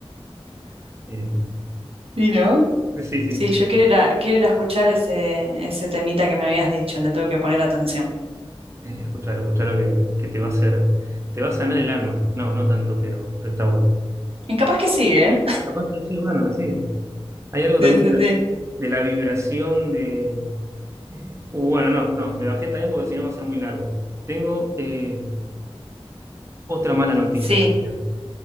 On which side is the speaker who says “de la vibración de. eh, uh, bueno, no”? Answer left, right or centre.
Right